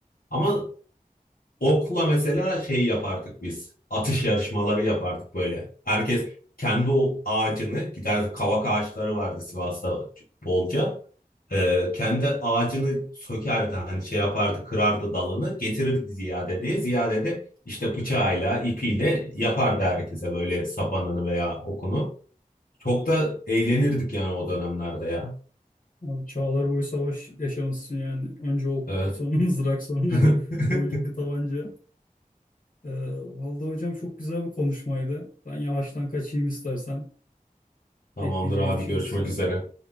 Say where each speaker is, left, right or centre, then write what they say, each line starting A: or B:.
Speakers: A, on the left; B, on the left.
A: Ama okla mesela şey yapardık biz. Atış yarışmaları yapardık böyle. Herkes kendi o ağacını giderdi. Kavak ağaçları vardı Sivas'ta bolca. Ee, kendi ağacını sökerdi hani şey yapardı kırardı dalını getirirdi Ziyade'ye. Ziyade de işte bıçağıyla ipiyle yapardı herkese böyle sapanını veya okunu. Çok da eğlenirdik yani o dönemlerde ya.
B: Abi çağlar boyu savaş yaşamışsın yani. Önce ok,
A: Evet.
B: sonra <laughs> mızrak, sonra
A: <laughs>
B: <laughs> boncuklu tabanca. Ee, vallahi hocam çok güzel bir konuşmaydı. Ben yavaştan kaçayım istersen.
A: Tamamdır
B: Ekleyeceğim
A: abi
B: bir şey
A: görüşmek
B: yoksa.
A: üzere.